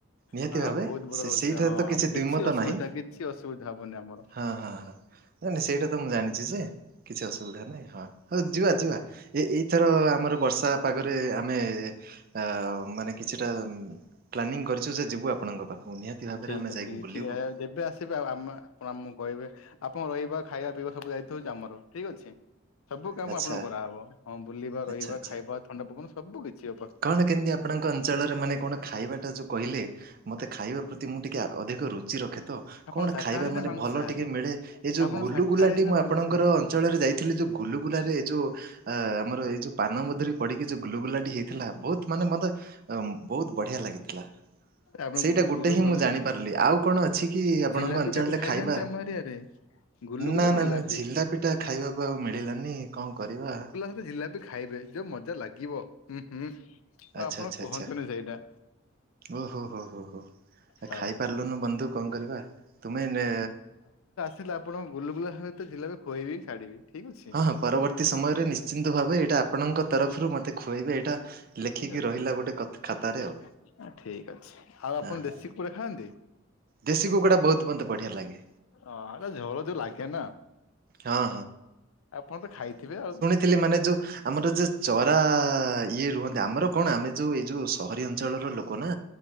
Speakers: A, on the right; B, on the left.
A: ନିହାତି
B: ହଁ ଆମେ
A: ଭାବେ
B: ବହୁତ ବଡ
A: ସେ
B: ରହୁଥିଲେ
A: ସେଇଠାରେ
B: ହଁ
A: ତ କିଛି
B: ଆମ
A: ଦ୍ୱଇମତ
B: ଅସୁବିଧା
A: ନାହିଁ
B: କିଛି ଅସୁବିଧା ହବନି ଆମର।
A: ହଁ ହଁ ହଁ। ନାଇଁ ନାଇଁ ସେଇଟା ତ ମୁଁ ଜାଣିଛି ଯେ କିଛି ଅସୁବିଧା ନାଇଁ। ହଉ ଯିବା ଯିବା ଏ ଏଇଥର ଆମର ବର୍ଷା ପାଗରେ ଆମେ ଆ ମାନେ କିଛିଟା ପ୍ଲାନିଂ କରିଛୁ ଯେ ଯିବୁ ଆପଣଙ୍କ ପାଖକୁ ନିହାତି ଭାବରେ
B: ଠିକ
A: ଆମେ
B: ଅଛି
A: ଯାଇକି
B: ଠିକ
A: ବୁଲିବୁ
B: ଠିକ ଯେବେ ଆମ ଆପଣ ଆମକୁ କହିବେ ଆପଣ ରହିବା ଖାଇବା ପିଇବା ସବୁ ଦାୟୀତ୍ୱ ହେଉଛି ଆମର ଠିକ୍ ଅଛି। ସବୁ କାମ
A: ଆଚ୍ଛା
B: ଆପଣଙ୍କ କରାହେବ ହଁ ବୁଲିବା
A: ଆଚ୍ଛା
B: ରହିବା
A: ଆଚ୍ଛା
B: ଖାଇବା ଥଣ୍ଡା ପବନ ସବୁ କିଛି ଅ
A: କଣ କେମିତି ଆପଣଙ୍କ ଅଞ୍ଚଳରେ ମାନେ କଣ ଖାଇବାଟା ଯେଉଁ କହିଲେ ମତେ ଖାଇବା ପ୍ରତି ମୁଁ ଟିକେ ଅଧିକ ରୁଚି ଚି ରଖେ ତ
B: ଆପଣ
A: କଣ
B: ଶାକାହାରୀ
A: ଖାଇବା ମାନେ
B: ନା ମାଂସାହାରୀ
A: ଭଲ ଟିକିଏ ମିଳେ ଏ ଯେଉଁ
B: ଆପଣ
A: ଗୁଲୁଗୁଲାଟି
B: ଶାକାହାରୀ ନା
A: ମୁଁ
B: ମାଂସାହାରୀ?
A: ଆପଣଙ୍କର ଅଞ୍ଚଳରେ ଯାଇଥିଲି ଯୋଉ ଗୁଲୁଗୁଲାରେ ଯୋଉ ଆମର ଏଇ ଯୋଉ ପାନ ମଧୁରୀ ପଡିିକି ଯଉ ଗୁଲୁଗୁଲାଟି ହେଇ ଥିଲା ବହୁତ ମାନେ ମତେ ବହୁତ ବଢିଆ ଲାଗିଥିଲା
B: ଆପଣ
A: ସେଇଟା
B: ଗୁଗୁଲ
A: ଗୋଟେ ହିଁ
B: ଭଲ
A: ମୁଁ ଜାଣି ପାରିଲି ଆଉ କଣ ଅଛି କି ଆପଣଙ୍କ
B: ଜିଲାପି
A: ଅଞ୍ଚଳରେ
B: କେବେ ଖାଇନାହାନ୍ତି
A: ଖାଇବା?
B: ଆମ ଏରିଆରେ? ଗୁଲୁଗୁଲା
A: ନା ନା
B: ଜିଲାପି
A: ନା ଝିଲାପି ଟା ଖାଇବାକୁ ଆଉ ମିଳିଲାନି କଣ କରିବା?
B: ସେ ଜିଲାପି ଖାଇବେ ଯୋଉ ମଜା ଲାଗିବ ହୁଁ ହୁଁ ଆଉ
A: ଆଚ୍ଛା
B: ଆପଣ
A: ଆଚ୍ଛା
B: କୁହନ୍ତୁନି
A: ଆଚ୍ଛା
B: ସେଇଟା।
A: ଓହୋ ହୋ ହୋ ହୋ ଆ
B: ହଉ।
A: ଖାଇପାରିଲୁନୁ ବନ୍ଧୁ କଣ କରିବା ତୁମେ ଏ
B: ଥିଲା ଆପଣ ଗୁଲୁଗୁଲା ସହିତ ଜିଲାପି ଖୁଆଇବି ଛାଡ଼ିବି ଠିକ୍ ଅଛି।
A: ହଁ ହଁ ପରବର୍ତ୍ତୀ ସମୟରେ ନିଶ୍ଚିତ ଭାବେ ଏଇଟା ଆପଣଙ୍କ ତରଫରୁ ମତେ ଖୁଆଇବେ ଏଇଟା ଲେଖିକି
B: ଠିକ୍
A: ରହିଲା ଗୋଟେ କଥ ଖାତାରେ
B: ଅଛି
A: ଆଉ
B: ଠିକ୍ ଅଛି ଆଉ ଆପଣ
A: ହଁ ହଁ
B: ବେଶୀ କୁ ଖାଆନ୍ତି?
A: ଦେଶୀ କୁକୁଡ଼ା ବହୁତ ମତେ ବଢିଆ ଲାଗେ
B: ଅ ଆ ଝୋଳ ଯେଉ ଲାଗେ ନା
A: ହଁ
B: ଆପଣ ତ ଖାଇଥିବେ ଆଉ
A: ଥିଲେ ମାନେ ଯୋଉ ଆମର ଯ ଚରା ଇଏ ରୁହନ୍ତି ଆମର କଣ ଆମେ ଯୋଉ ଏଇ ଯୋଉ ସହରୀ ଅ ଞ୍ଚଳର ଲୋକ ନା